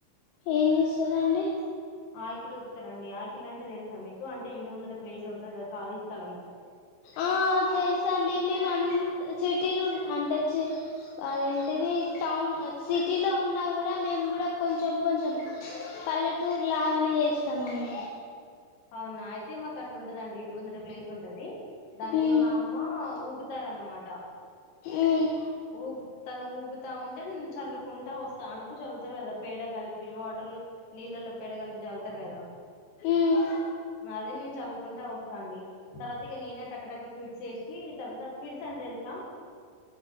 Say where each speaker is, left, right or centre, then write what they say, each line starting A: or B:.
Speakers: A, on the left; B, on the left.
A: ఏం చేస్తారు అండి
B: ఆకిలు ఊపుతారండి ఆకిలు అంటే తెలుసా మీకు అంటే ఇంటి ముందుట ప్లేస్ ఉంటుంది కదా ఖాళీ స్థలము
A: ఆ తెలుసు అండి మేము అంత సిటీలు అంటే చి అదేంటిది టౌన్ సిటీలో ఉన్నా కూడా మేము కూడా కొంచెం కొంచెం పల్లెటూరు లాగానే చేస్తామండి
B: అవునా అయితే మాకు అట్లు ఉంటదండి ఇంటి ముందర ప్లేస్ ఉంటది దాన్ని
A: ఉమ్
B: మా అమ్మ ఊకు అన్నమాటా
A: ఉమ్
B: ఊకు తను ఊకుతా ఉంటే నేను చల్లుకుంటా వస్తా అలుకు చల్లుతారు కదా పేడ కలిపి వాటర్లో నీళ్ళల్లో పేడ కలిపి చల్తారు కదా
A: ఉమ్
B: అదిే నేను చల్లుకుంటా వస్తా అండి తర్వాత ఇక నేనే టక టక పిడ్స్ ఏసి తర్వాత పిడిస్ అంటే తెలుసా